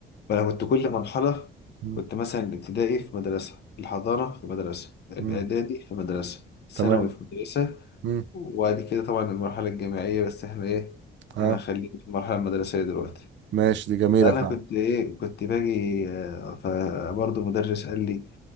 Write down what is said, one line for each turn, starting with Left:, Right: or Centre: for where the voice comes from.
Left: بقى أنا كنت كل مرحلة
Right: مم،
Left: كنت مثلا الابتدائي في مدرسة الحضانة في مدرسة الإعدادي
Right: مم،
Left: في مدرسة ثانوي
Right: تمام
Left: في مدرسة
Right: مم،
Left: وبعد كده طبعا المرحلة الجامعية بس احنا ايه
Right: اه
Left: احنا خلينا في المرحلة المدرسية دلوقتي
Right: ماشي دي جميله
Left: فأنا
Right: فعلا
Left: كنت ايه كنت باجي آه، فبرضه مدرس قال لي